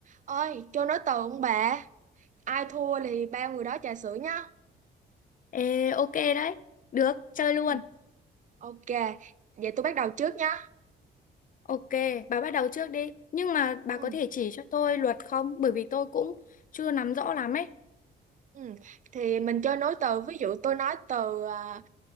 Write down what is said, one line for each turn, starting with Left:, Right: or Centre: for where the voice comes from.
Right: Ôi, cho nói từ ông bà, ai thua thì ba người đó trà sữa nhá.
Left: Ê, ok đấy. Được, chơi luôn.
Right: Ừ, ok, vậy tôi bắt đầu trước nhá.
Left: Ok, bà bắt đầu trước đi. Nhưng mà bà
Right: Ừ,
Left: có thể chỉ cho tôi luật không? Bởi vì tôi cũng chưa nắm rõ lắm ấy.
Right: ừ. Thì mình chơi nối từ, ví dụ tôi nói từ à,